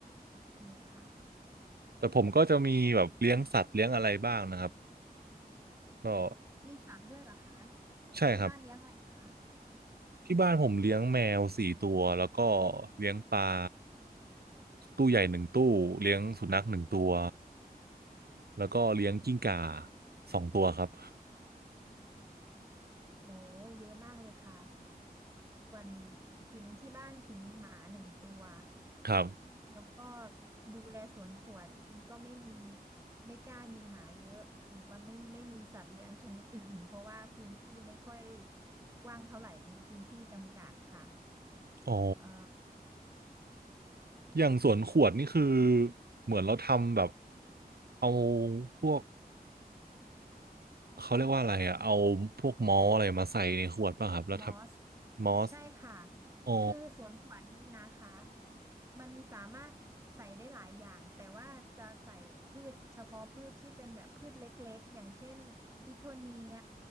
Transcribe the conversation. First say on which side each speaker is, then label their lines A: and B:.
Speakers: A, on the right; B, on the right.
A: โอเคค่ะ
B: แต่ผมก็จะมีแบบเลี้ยงสัตว์เลี้ยงอะไรบ้างนะครับก็
A: มีสัตว์ด้วยเหรอคะ
B: ใช่ครับ
A: ที่บ้านเลี้ยงอะไรคะ
B: ที่บ้านผมเลี้ยงแมวสี่ตัวแล้วก็เลี้ยงปลาตู้ใหญ่หนึ่งตู้เลี้ยงสุนัขหนึ่งตัวแล้วก็เลี้ยงกิ้งก่าสองตัวครับ
A: โอ้เยอะมากเลยค่ะส่วนคิมที่บ้านคิมมีหมาหนึ่งตัว
B: ครับ
A: แล้วก็ดูแลสวนขวดก็ไม่มีไม่กล้ามีหมาเยอะหรือว่าไม่ไม่มีสัตว์เลี้ยงชนิดอื่นเพราะว่าพื้นที่ไม่ค่อยกว้างเท่าไหร่มีพื้นที่จำกัดค่ะ
B: อ๋อ
A: เอ่อ
B: อย่างสวนขวดนี่คือเหมือนเราทำแบบเอาพวกเขาเรียกว่าอะไรอะเอาพวกมอลอะไรมาใส่ในขวดป่ะครับแล้วทำมอส
A: มอสใช่ค่ะ
B: อ๋อ
A: คือสวนขวัญนี่นะคะมันสามารถใส่ได้หลายอย่างแต่ว่าจะใส่พืชเฉพาะพืชที่เป็นแบบพืชเล็กๆอย่างเช่นฟิโทเนีย